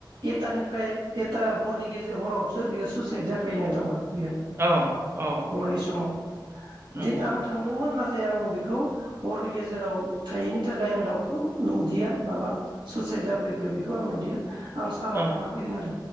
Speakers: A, on the right; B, on the right.
A: एटानि फ्राय एथा हरनि गेजेर हरावसो बियो सुइसाइद जाफैनो दाउवा। बेयाव
B: औ औ
A: हरनि समाव
B: नंगौ
A: दि आं थांदोंमोन नाथाय नाथाय आं बेखौ हरनि गेजेराव थायैनि थाखाय आं दाउखौ नुदिया माला सुसाइ द जाफैखो बेखौ आं नुदिया आं। सानाव
B: औ
A: थांना फैदों आरो